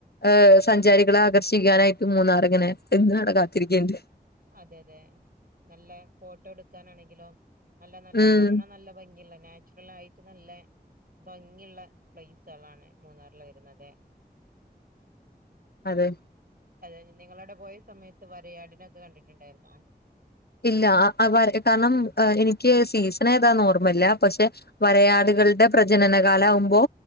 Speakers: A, on the left; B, on the right.
A: ഏ സഞ്ചാരികളെ ആകർഷിക്കാനായിട്ട് മൂന്നാറിങ്ങനെ എന്നും അവിടെ കാത്തിരിക്ക്ണ്ട്
B: അതെ അതെ നല്ല ഫോട്ടോ എടുക്കാനാണെങ്കിലും നല്ല നല്ല
A: ഉം
B: കാണാൻ നല്ല ഭംഗിയൊള്ള നാച്ചുറൽ ആയിട്ട് നല്ല ഭംഗിയുള്ള പ്ലേസ്കളാണ് മൂന്നാറില് വരുന്നത്
A: അതെ
B: അതെ നിങ്ങളവിടെ പോയ സമയത്ത് വരയാടിനൊയൊക്കെ കണ്ടിട്ട്ണ്ടായിരുന്നോ
A: ഇല്ല ആ ആ വര കാരണം എനിക്ക് സീസൺ ഏതാ ഓർമല്ല പഷേ വരയാട് കൾടെ പ്രജനനകാലാവുമ്പോ